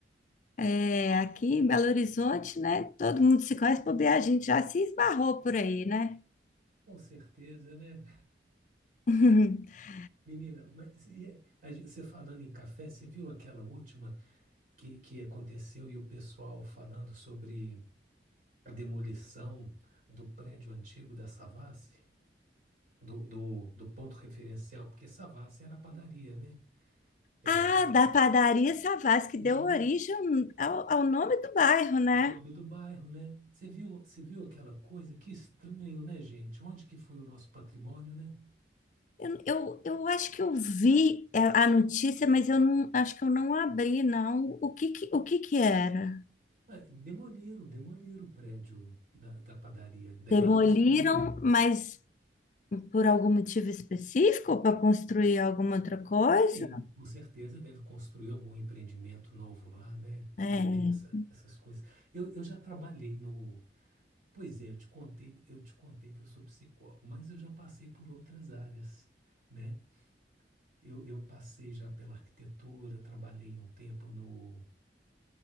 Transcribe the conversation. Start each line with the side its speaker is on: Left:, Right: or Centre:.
Left: é, aqui em Belo Horizonte, né? Todo mundo se conhece, bobear, a gente já se esbarrou por aí, né?
Right: Com certeza, né?
Left: <laughs>
Right: <laughs> Menina, mas e aí, a gen- você falando em café, você viu aquela última que, que aconteceu e o pessoal falando sobre a demolição do prédio antigo da Savassi, do, do, do ponto referencial, porque Savassi era padaria, né? Era
Left: Ah,
Right: uma
Left: da padaria Savassi, que
Right: padaria.
Left: deu origem ao, ao nome do bairro, né?
Right: É o nome do bairro, né? Você viu, você viu aquela coisa? Que estranho, né, gente? Onde que foi o nosso patrimônio, né?
Left: Eu, eu, eu acho que eu vi a a notícia, mas eu não acho que eu não abri, não. O que que, o que que era?
Right: Ah, Demoliram, demoliram o prédio da, da padaria. Devem
Left: Demoliram,
Right: construir.
Left: mas por algum motivo específico ou para construir alguma outra coisa?
Right: Sim, com certeza deve construir algum empreendimento novo lá, né?
Left: É.
Right: Deve essa, essas coisas. Eu, eu já trabalhei no. Pois é, eu te contei, eu te contei que eu sou psicólogo, mas eu já passei por outras áreas, né? Eu, eu passei já pela arquitetura, trabalhei um tempo no